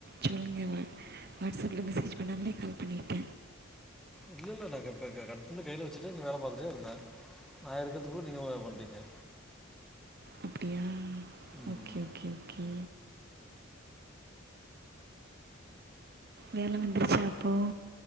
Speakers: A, on the right; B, in the centre.
A: சொல்லுங்க வா வாட்ஸ் அப்புல மெசேஜ் பண்ணாமலே கால் பண்ணீர்க
B: இல்ல இல்ல நா கட் கட் பண்ணி கையில வச்சிட்டு வேல பாத்துட்டே இருந்தே நா எடுக்கறத்துக்குள்ளே நீங்க பண்டிங்க
A: அப்டியா
B: ம்
A: ஓகே ஓகே ஓகே வேல வந்துருச்சா அப்போ